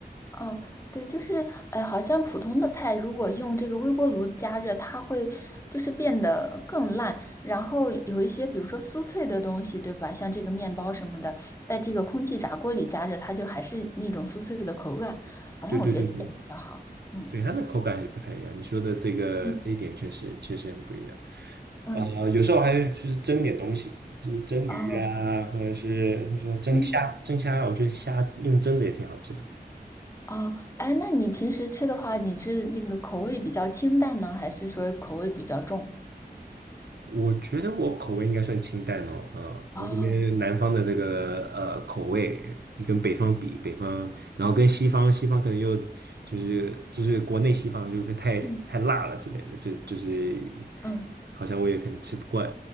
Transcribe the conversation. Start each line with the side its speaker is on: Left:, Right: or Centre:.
Left: 哦，对，就是，哎，好像普通的菜如果用这个微波炉加热，它会就是变得更烂。然后有一些，比如说酥脆的东西，对吧？像这个面包什么的，在这个空气炸锅里加热，它就还是那种酥脆的口感。好像我觉得这点比较好。
Right: 对对对对。
Left: 嗯
Right: 对，它的口感还是不太一样。你说的这个这一点确实确实很不一样。
Left: 嗯，嗯，
Right: 啊、有时候还就是蒸点东西，就是蒸鱼啊，
Left: 哦，
Right: 或者是说蒸虾，
Left: 嗯
Right: 蒸虾，我觉得虾用蒸的也挺好吃的。
Left: 哦，哎，那你平时吃的话，你是那个口味比较清淡呢，还是说口味比较重？
Right: 我觉得我口味应该算清淡哦，啊、我这边南方的这个呃口味跟北方比，
Left: 哦，
Right: 北方，然后跟西方，西方可能又就是就是国内西方就是太太辣了之类的，
Left: 嗯
Right: 就就是
Left: 嗯。
Right: 好像我也可能吃不惯。